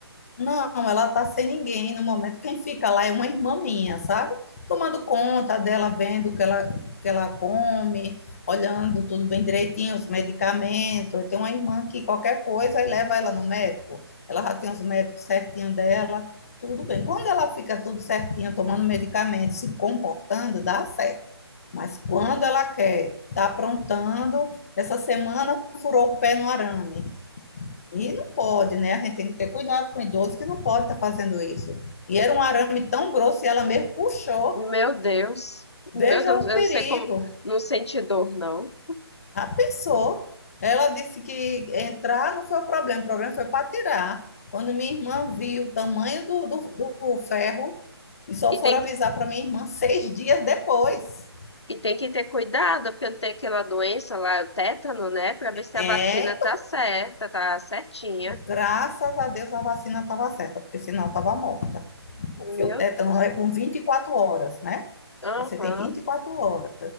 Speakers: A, on the left (about 35°); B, on the left (about 80°).
A: Não, ela tá sem ninguém no momento. Quem fica lá é uma irmã minha, sabe? Tomando conta dela, vendo o que ela, o que ela come, olhando tudo bem direitinho, os medicamentos. Eu tenho uma irmã que qualquer coisa e leva ela no médico. Ela já tem os médicos certinho dela, tudo bem. Quando ela fica tudo certinho, tomando medicamento, se comportando, dá certo. Mas quando ela quer, tá aprontando, essa semana furou o pé no arame. E não pode, né? A gente tem que ter cuidado com o idoso que não pode estar fazendo isso. E era um arame tão grosso e ela mesmo puxou.
B: Meu Deus,
A: Veja
B: meu Deus,
A: o
B: eu
A: perigo.
B: sei como não sente dor, não.
A: Ah, pensou. Ela disse que entrar não foi o problema, o problema foi para tirar. Quando minha irmã viu o tamanho do, do, do ferro, e só
B: E
A: foram
B: tem,
A: avisar
B: que-
A: para minha irmã seis dias depois.
B: e tem que ter cuidado, porque não tem aquela doença lá, o tétano, né? Pra ver se a
A: É,
B: vacina tá certa, tá certinha.
A: graças a Deus a vacina estava certa, porque senão estava morta. Porque
B: Meu
A: o tétano
B: Deus.
A: é com 24 horas, né?
B: Aham.
A: É, Você tem 24 horas.